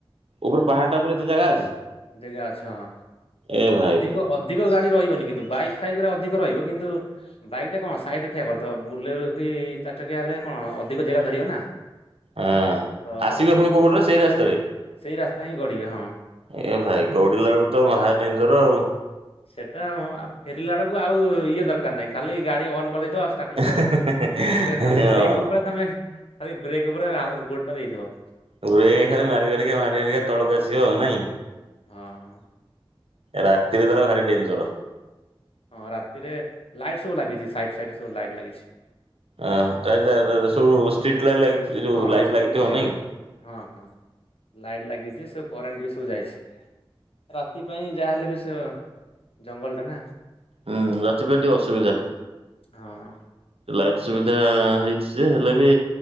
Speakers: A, on the right; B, on the left.
A: ଉପରେ ପାହାଡ ଟା ଉପରେ ଏତେ ଜାଗା ଅଛି
B: ଜାଗା ଅଛି ହଁ
A: ଏ ଭାଇରେ
B: ଅଧିକ ଅଧିକ ଗାଡି ରହିବନି କିନ୍ତୁ ବାଇକ୍ ଫାଇକ୍ ରା ଅଧିକ ରହିବ କିନ୍ତୁ ବାଇକ୍ ଟା କଣ ସାଇଡରେ ଠିଆ କରିଦେବ ବୁଲେର କି ଚାରି ଚକିଆ ହେଲେ କଣ ଅଧିକ ଜାଗା ଧରିବ ନା।
A: ହଁ
B: ତ
A: ଆସିବ
B: ସେଠି
A: ପୁଣି କୋଉ
B: ବି
A: ପଟରେ ସେଇ ରାସ୍ତାରେ?
B: ସେଇ ରାସ୍ତା ହିଁ ଗଡିବେ ହଁ।
A: ଏ ଭାଇ ଗଡିଲା ବେଳୁ ତ ମହାଡେନଜର ଆଉ
B: ସେଟା ଫେରିଲା ବେଳକୁ ଆଉ ଇଏ ଦରକାର ନାହିଁ ଖାଲି ଗାଡି ଅନ ଦବ ଆ ଷ୍ଟାର୍ଟିଙ୍ଗ କରିବା
A: ହଁ
B: ଦରକାର ନାହିଁ ସେ ଖାଲି ବ୍ରେକ୍ ଉପରେ ତମେ ଖାଲି ବ୍ରେକ୍ ଉପରେ ଗୋଡ଼ ଟା ଦେଇଥିବ।
A: ଗରେଇ ହେଇକା ଖାଲି ମାରିମାରିକା ମାରିମାରିକା ତଳକୁ
B: ହଁ
A: ଆସିବ ଆଉ ନାଇଁ
B: ହଁ
A: ରାତିରେ ତାର ଭାରି ଡେଞ୍ଜର।
B: ହଁ ରାତିରେ ଲାଇଟ ସବୁ ଲାଗିଛି ସାଇଟ ସାଇଡ ରେ ସବୁ ଲାଇଟ ଲାଗିଛି।
A: ଅ ରା ରା ସବୁ ଷ୍ଟ୍ରୀଟ୍ ଲାଇଟ ଲାଗି ଯ ଯୋଉ
B: ହଁ
A: ଲାଇଟ୍
B: ଷ୍ଟ୍ରିଟ୍
A: ଲାଗିଥିବ ନାଇଁ।
B: ହଁ ହଁ ଲାଇଟ୍ ଲାଗିଛି ସବୁ କରେଣ୍ଟ ବି ସବୁ ଯାଇଛି ରାତି ପାଇଁ ଯାହାହେଲେ ବି ସେ ଜଙ୍ଗଲଟା ନା
A: ହୁଁ ରାତିପାଇ ଟିକେ ଅସୁବିଧା।
B: ହଁ
A: ଲାଇଟ୍ ସୁବିଧା ହେଇଛି ଯେ ହେଲେ ବି